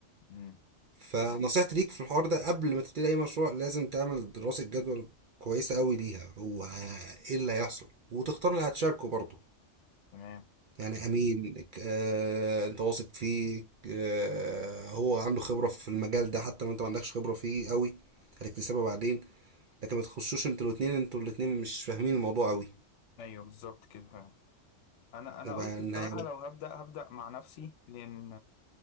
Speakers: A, on the left; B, on the right.
A: مم،
B: فنصيحتي ليك في الحوار ده قبل ما تبتدي اي مشروع لازم تعمل دراسة جدوى كويسة قوي ليها هو ه- ايه اللي هيحصل وتختار اللي هتشاركه برضه
A: تمام
B: يعني امين آه، انت واثق فيه آه، هو عنده خبرة في المجال ده حتى لو انت ما عندكش خبرة فيه قوي هتكتسبها بعدين لكن ما تخشوش انتوا الاتنين انتوا الاتنين مش فاهمين الموضوع قوي
A: ايوه بالظبط كده فعلا انا انا
B: يبقى
A: قلت
B: انا
A: بصراحة لو هبدأ هبدأ مع نفسي لان